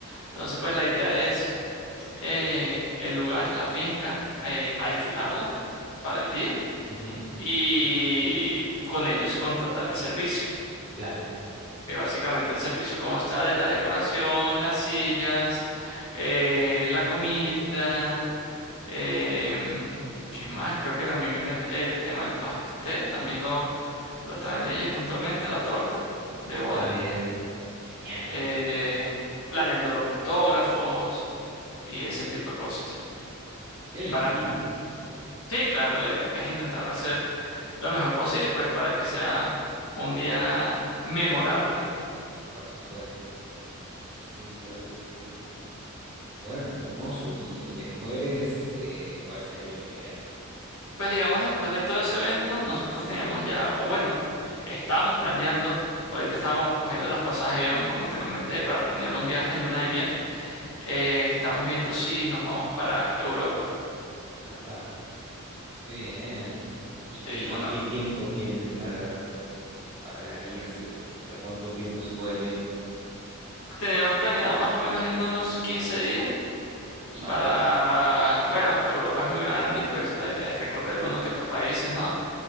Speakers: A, on the left; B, on the right.
A: Entonces pues la idea es... eh, el lugar, la finca, eh, alquilarla para el día
B: ujú,
A: y con ellos contratar el servicio.
B: Claro.
A: Que básicamente el servicio consta de la decoración, las sillas, eh, la comida, eh, ¿qué más? Creo que también viene el tema del pastel, también lo, lo traen ellos puntualmente, la torta de boda,
B: Ah, bien, genial.
A: eh, planeando los fotógrafos y ese tipo de cosas.
B: Qué lindo,
A: Para Sí, claro, la idea es intentar hacer lo mejor posible, pues para que sea un día memorable.
B: Oh, por supuesto. Sí, claro que sí. Bueno, hermoso. Y, y después, eh, ¿cuál sería la idea?
A: Pues digamos, después de todo ese evento, nosotros teníamos ya, o bueno, estábamos planeando, ahorita estábamos viendo los pasajes de avión, como te comenté, para planear un viaje en luna de miel. Eh, estamos viendo si nos vamos para Europa.
B: Apa. Qué bien. ¿Y
A: Sí,
B: qué, y
A: uno.
B: qué tiempo tienen para, para irse? O sea, ¿cuánto tiempo se pueden ir?
A: Tenemos planeado más o menos irnos unos 15 días
B: Ah,
A: para,
B: bien.
A: bueno, Europa es muy grande y pues la idea es recorrer uno que otros países, ¿no?